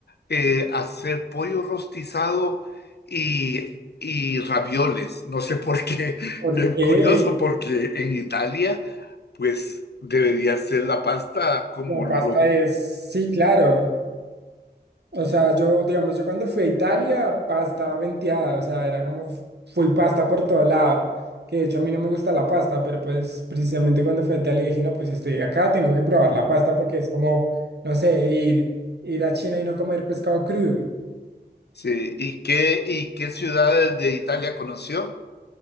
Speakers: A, on the left; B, on the right.
A: eh, hacer pollo rostizado y, y ravioles. No sé por qué, <laughs>
B: Porque
A: es curioso, porque en Italia, pues debería ser la pasta como
B: la
A: lo...
B: pasta es, sí, claro. O sea, yo, digamos, yo cuando fui a Italia, pasta venteada, o sea, era como f- full pasta por todo lado. Que de hecho a mí no me gusta la pasta, pero pues precisamente cuando fui a Italia dije, no, pues si estoy acá, tengo que probar la pasta porque es como, no sé, ir, ir a China y no comer pescado crudo.
A: Sí, ¿y qué, y qué ciudades de Italia conoció?